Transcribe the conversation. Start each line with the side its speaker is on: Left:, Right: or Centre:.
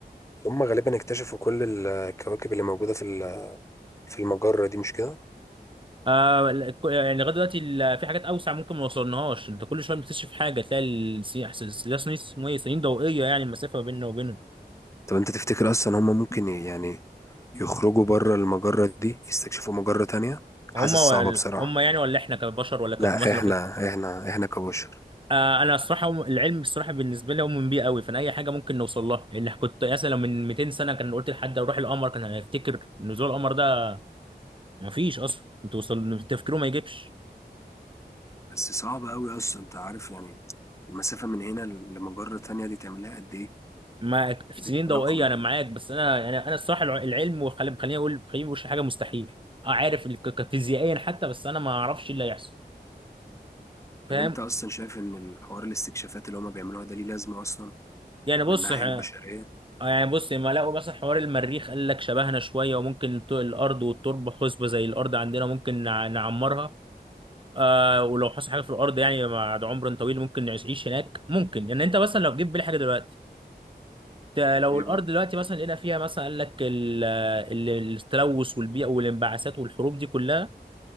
Left: هم غالبا اكتشفوا كل الكواكب اللي موجودة في ال- آه، في المجرة دي مش كده؟
Right: آه ال- الك- يعني لغاية دلوقتي ال- في حاجات أوسع ممكن ما وصلناهاش انت كل شوية بتكتشف حاجة تلاقي السي- الس- السي- السنين اسمه ايه سنين ضوئية يعني المسافة ما بيننا وبينهم
Left: طب أنت تفتكر أصلا هم ممكن ي- يعني يخرجوا بره المجرة دي يستكشفوا مجرة تانية؟
Right: هما
Left: حاسس
Right: ولا
Left: صعبة بصراحة
Right: هما يعني ولا احنا كبشر ولا كف
Left: لا
Right: مثلا
Left: احنا
Right: في
Left: احنا احنا كبشر
Right: آه انا الصراحه هم- العلم الصراحه بالنسبه لي مؤمن بيه قوي فانا اي حاجه ممكن نوصل لها اللي كنت مثلا لو من 200 سنه كان قلت لحد اروح القمر كان هيفتكر نزول القمر ده مفيش اصلا توصل تفكيره ما يجيبش
Left: بس صعب قوي اصلا انت عارف يعني المسافة من هنا ل- لمجرة تانية دي تعملها قد ايه
Right: معاك في
Left: كده
Right: سنين
Left: كده
Right: ضوئيه
Left: رقم
Right: انا
Left: يعني
Right: معاك بس انا انا انا الصراحه الع- العلم وخلي خليني اقول خليني مش حاجه مستحيل اه عارف ال- ك- ك- فيزيائيا حتى بس انا ما اعرفش إيه اللي هيحصل
Left: طب
Right: فاهم
Left: انت اصلا شايف ان الحوار الاستكشافات اللي هما بيعملوها ده ليه لازمة اصلا
Right: يعني بص
Left: من الناحية
Right: ح-
Left: البشرية
Right: يعني بص لما لقوا مثلا حوار المريخ قال لك شبهنا شويه وممكن الت- الارض والتربه خصبه زي الارض عندنا ممكن نع- نعمرها آه ولو حصل حاجه في الارض يعني بعد عمر طويل ممكن نعيش هناك ممكن يعني انت مثلا لو جيت بالي حاجه دلوقتي ت- لو
Left: ايه
Right: الارض
Left: بقى
Right: دلوقتي مثلا لقينا فيها مثلا قال لك ال- ال- التلوث والبيئه والانبعاثات والحروب دي كلها